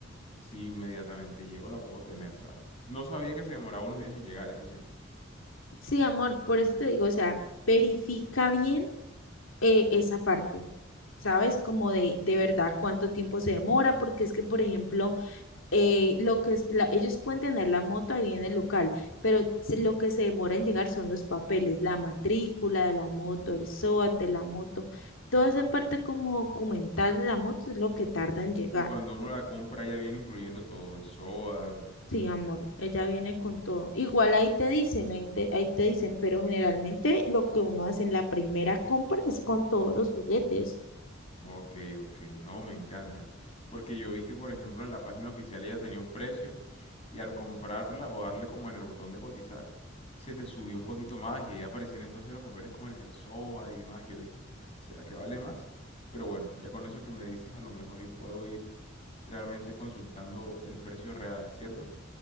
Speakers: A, on the left (about 30°); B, on the left (about 80°).
A: si inmediatamente llego la puedo tener, ¿sabes? No sabía que se demoraba unos días en llegar, eso sí.
B: Sí, amor, por eso te digo, o sea, verifica bien eh, esa parte, ¿sabes? Como de, de verdad cuánto tiempo se demora, porque es que, por ejemplo, eh, lo que es la- ellos pueden tener la moto ahí en el local, pero se- lo que se demora en llegar son los papeles, la matrícula de la moto, el SOAT de la moto, toda esa parte como documental de la moto es lo que tarda en llegar.
A: Y cuando uno la compra ya viene incluyendo todo, el SOAT,
B: Sí, amor, ella viene con todo. Igual ahí te dicen, ahí te, ahí te dicen, pero generalmente lo que uno hace en la primera compra es con todos los juguetes.
A: Ok, ok, no, me encanta. Porque yo vi que, por ejemplo, en la página oficial ella tenía un precio y al comprarla o darle como en el botón de cotizar, se te subió un poquito más y ahí aparecían entonces los papeles como el que el calzón y demás. Y yo dije, ¿será que vale más? Pero bueno, ya con eso que me dices, a lo mejor y puedo ir realmente consultando el precio real, ¿cierto?